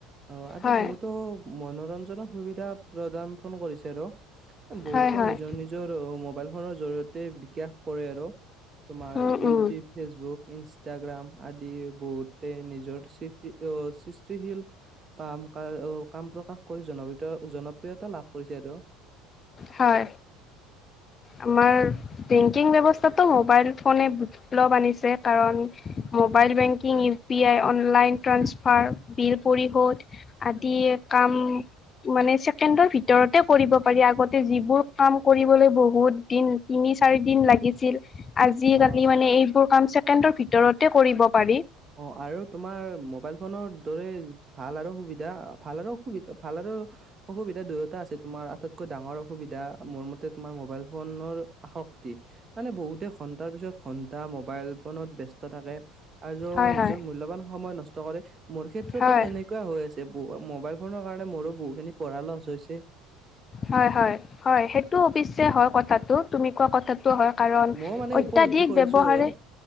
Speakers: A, on the right; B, on the left.
A: অ আদি
B: হয়
A: বহুতো মনোৰঞ্জনক সুবিধা প্ৰদান কৰিছে আৰু বহুতে
B: হয় হয়
A: নিজৰ নিজৰ মোবাইল ফোনৰ জৰিয় তেই বিকাশ কৰে আৰু তোমাৰ
B: উম
A: ইউটিউব,
B: উম
A: ফেচবুক, ইনস গ্ৰাম আদি বহুতে নিজৰ সৃষ্টি সৃষ্টিশীল কাম কা অ কাম প্ৰকাশ কৰি জনপ্ৰিয়তা জনপ্ৰিয়তা লাভ কৰিছে আৰু।
B: হয়।
A: <unintelligible>
B: আমাৰ বেংকিং ব্যৱস্থাটো মোবাইল ফোনে বিপ্লব আনিছে কাৰণ মো mobile banking, U P I, online transfer, bill পৰিশোধ আদিৰ কাম
A: <unintelligible>
B: মানে ছেকেণ্ডৰ ভিতৰতে পৰিব। পাৰি আগতে যিবোৰ কাম কৰিবলৈ বহুত দিন তিনি -চাৰি দিন লাগিছিল আজিকালি
A: অ
B: মানে এইবোৰ কাম ছেকেণ্ডৰ ভিতৰতে কৰিব পাৰি।
A: অ আৰু তোমাৰ মোবাইল ফোনৰ দৰে ভাল আৰু সুবিধা ভাল আৰু সুবিধা ভাল আৰু উ অসুবিধা দুয়ো টা আছে তোমাৰ আটাইতকৈ ডাঙৰ অসুবিধা মোৰ মতে তোমাৰ মোবাইল ফোনৰ আসক্তি, মানে বহু গোটেই ঘণ্টাৰ পিছত ঘন্টা মোবাইল ফোনত ব্যস্ত থাকে আৰু
B: হয়
A: নিজৰ
B: হয়
A: মূল্যবান সময় নষ্ট কৰে মোৰ ক্ষেত্ৰতো
B: হয়
A: তেনেকুৱা হৈ আছে বহু মোবাইল ফোনৰ কাৰণে মোৰো বহুখিনি পঢ়া লছ হৈছে
B: হয় হয় হয় সেইটো অৱশ্যে হয় কথাটো তুমি কোৱা কথা হয় কাৰণ
A: ময়ো মানে
B: অত্যাধিক
A: উপলব্ধি কৰিছো
B: ব্যৱহাৰে
A: আৰু